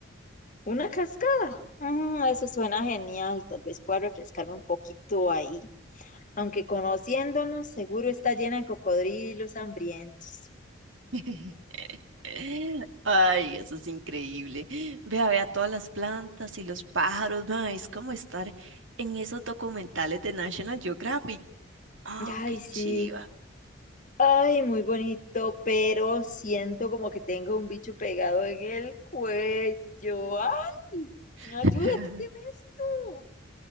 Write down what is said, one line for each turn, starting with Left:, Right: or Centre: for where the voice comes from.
Left: ¿Una cascada? Mm, eso suena genial. Tal vez pueda refrescarme un poquito ahí. aunque conociéndonos, seguro está llena de cocodrilos hambrientos.
Right: <laughs> <laughs> Ay, eso es increíble. Vea, vea todas las plantas y los pájaros, ma, es como estar en esos documentales de National Geographic. Oh,
Left: Ay,
Right: qué
Left: sí.
Right: chiva.
Left: Ay, muy bonito, pero siento como que tengo un bicho pegado en el cuello. Ay,
Right: <laughs>
Left: no, ayuda, quíteme esto.